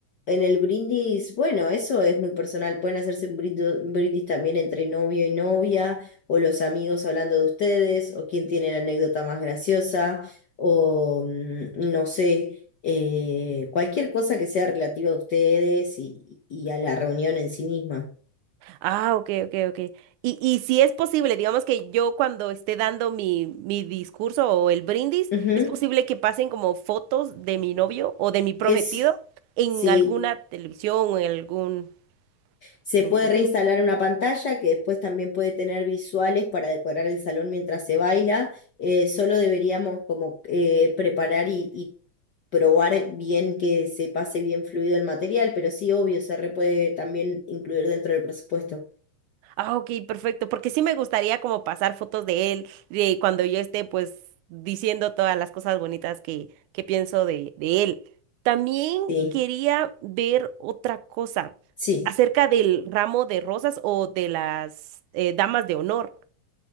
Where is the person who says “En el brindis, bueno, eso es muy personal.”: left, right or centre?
Left